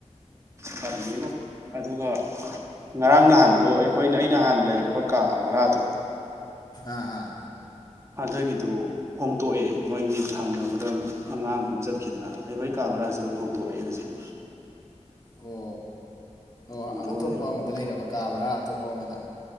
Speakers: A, on the right (about 25°); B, on the left (about 35°).
A: ꯐꯔꯝꯅꯦꯕꯣ ꯑꯗꯨꯒ ꯉꯔꯥꯡ ꯅꯍꯥꯟꯗꯣ ꯑꯩꯈꯣꯏꯅ ꯑꯩꯅ ꯍꯥꯟꯅ ꯂꯩꯔꯝꯕ ꯀꯥ ꯚꯔꯥꯗꯣ
B: ꯑꯥ ꯑꯥ
A: ꯑꯗꯨꯒꯤꯗꯨ ꯍꯣꯡꯇꯣꯛꯑꯦ ꯃꯣꯏꯒꯤ ꯊꯪꯅꯕꯗ ꯑꯉꯥꯡ ꯑꯃ ꯆꯠꯈꯤꯗꯅ ꯑꯩꯍꯣꯏ ꯀꯥ ꯕ꯭ꯔꯥꯁꯨ ꯍꯣꯡꯇꯣꯛꯑꯦ ꯍꯧꯖꯤꯛ
B: ꯑꯣ ꯍꯣꯏ
A: ꯍꯣꯡꯗꯣꯛꯑ
B: ꯑꯇꯣꯞꯄ
A: ꯂꯩꯔꯕꯅꯤ
B: ꯑꯃꯗ ꯂꯩꯔꯕ ꯀꯥꯕ꯭ꯔꯥ ꯑꯇꯣꯞꯄ ꯑꯃꯗ